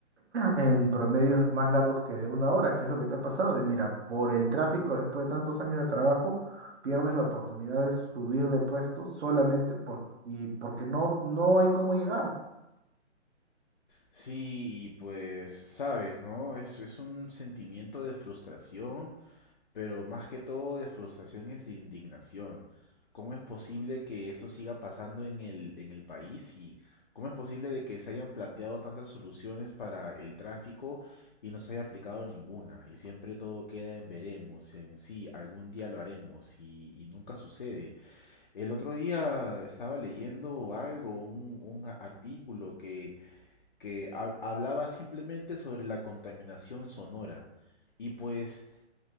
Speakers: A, on the right (about 65°); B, on the left (about 45°).
A: en promedios más largos que de una hora, que es lo que te ha pasado. Y mira, por el tráfico después de tantos años de trabajo, pierdes la oportunidad de subir de puesto solamente por, y porque no, no hay cómo llegar.
B: Sí, y pues sabes, ¿no? Es, es un sentimiento de frustración pero más que todo de frustración es de indignación. ¿Cómo es posible que esto siga pasando en el, en el país? ¿Y cómo es posible de que se hayan planteado tantas soluciones para el tráfico y no se haya aplicado ninguna? Y siempre todo queda en veremos, en sí, algún día lo haremos y, y nunca sucede. El otro día estaba leyendo algo, un, un a- artículo que, que ha- hablaba simplemente sobre la contaminación sonora. Y pues